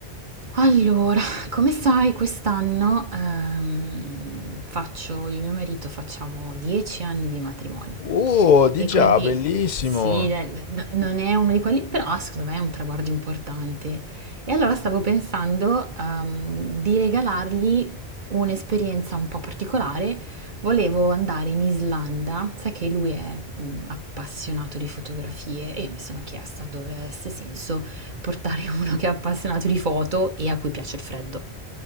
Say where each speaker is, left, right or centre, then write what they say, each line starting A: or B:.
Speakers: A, on the right; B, on the left.
A: Allora, <laughs> come sai, quest'anno ehm, faccio, io e mio marito facciamo 10 anni di matrimonio
B: Oh, di
A: e
B: già,
A: quindi
B: bellissimo.
A: sì, dai, n- non è uno di quelli, però secondo me è un traguardo importante. E allora stavo pensando ehm, di regalargli un'esperienza un po' particolare. Volevo andare in Islanda, sai che lui è mm, appassionato di fotografie e io mi sono chiesta dove avesse senso portare <laughs> uno che è appassionato di foto e a cui piace il freddo.